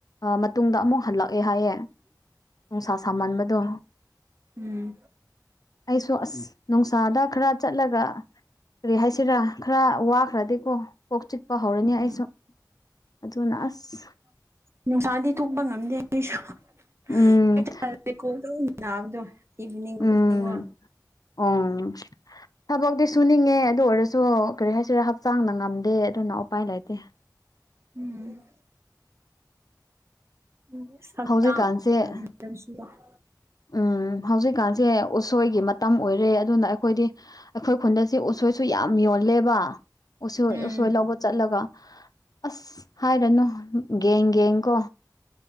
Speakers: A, on the left; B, on the right.
A: ꯃꯇꯨꯡꯗ ꯑꯃꯨꯛ ꯍꯜꯂꯛꯑꯦ ꯍꯥꯏꯌꯦ ꯅꯨꯡꯁꯥ ꯁꯥꯃꯟꯕꯗꯣ
B: ꯎꯝ
A: ꯑꯩꯁꯨ ꯑꯁ ꯅꯨꯡꯁꯥꯗ ꯈꯔ ꯆꯠꯂꯒ ꯀꯔꯤ ꯍꯥꯏꯁꯤꯔꯥ ꯈꯔ ꯋꯥꯈꯔꯗꯤ ꯑꯣ ꯀꯣꯛ ꯆꯤꯛꯄ ꯍꯧꯔꯅꯤ ꯑꯩꯁꯨ
B: ꯎꯝ
A: ꯑꯗꯨꯅ ꯑꯁ
B: ꯅꯨꯡꯁꯥꯗꯤ ꯊꯣꯛꯄ ꯉꯝꯗꯦ ꯑꯩꯁꯨ <unintelligible>
A: ꯎꯝ
B: ꯅꯥꯕꯗꯣ ꯏꯚꯤꯅꯤꯡ
A: ꯎꯝ
B: ꯒꯨꯝꯕꯗꯀꯣ
A: ꯎꯝ ꯊꯕꯛꯇꯤ ꯁꯨꯅꯤꯡꯉꯦ ꯑꯗꯨ ꯑꯣꯏꯔꯁꯨ ꯀꯔꯤ ꯍꯥꯏꯁꯤꯔ ꯍꯛꯆꯥꯡꯅ ꯉꯝꯗꯦ ꯑꯗꯨꯅ ꯎꯄꯥꯏ ꯂꯩꯇꯦ꯫
B: ꯎꯝ <unintelligible>
A: ꯍꯧꯖꯤꯛꯀꯥꯟꯁꯦ ꯎꯝ ꯍꯧꯖꯤꯛꯀꯥꯟꯁꯦ ꯎꯁꯣꯏꯒꯤ ꯃꯇꯝ ꯑꯣꯏꯔꯦ ꯑꯗꯨꯅ ꯑꯩꯈꯣꯏꯗꯤ ꯑꯩꯈꯣꯏ ꯈꯨꯟꯗ ꯑꯁꯤ ꯎꯁꯣꯏꯁꯨ ꯌꯥꯝ ꯌꯜꯂꯦꯕ ꯎꯁꯣꯏ
B: ꯎꯝ
A: ꯎꯁꯣꯏ ꯂꯧꯕ ꯆꯠꯂꯒ ꯑꯁ ꯍꯥꯏꯔꯅꯨ ꯒꯦꯡ - ꯒꯦꯡ ꯀꯣ